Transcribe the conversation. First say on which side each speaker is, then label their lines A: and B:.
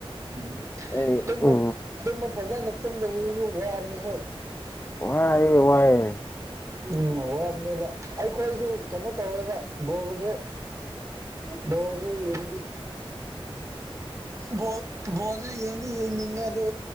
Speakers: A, on the right; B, on the left.
A: ꯎꯝ
B: ꯑꯩ
A: ꯇꯨꯝꯕ
B: ꯎ
A: ꯇꯨꯝꯕ ꯐꯖꯅ ꯇꯨꯝꯗꯕꯗꯨꯁꯨ ꯋꯥꯕꯅꯦꯍꯦ
B: ꯋꯥꯏ ꯋꯥꯏꯌꯦ
A: ꯎꯝ ꯋꯥꯕꯅꯦꯕ ꯑꯩꯈꯣꯏꯁꯨ ꯀꯩꯅꯣ ꯇꯧꯋꯦꯕ ꯕꯣꯜꯖꯦ ꯕꯣꯜꯖꯦ ꯌꯦꯡꯗꯤ ꯕꯣꯜ ꯕꯣꯜꯗꯣ ꯌꯦꯡꯗꯤ ꯌꯦꯡꯅꯤꯡꯉꯦ ꯕꯨ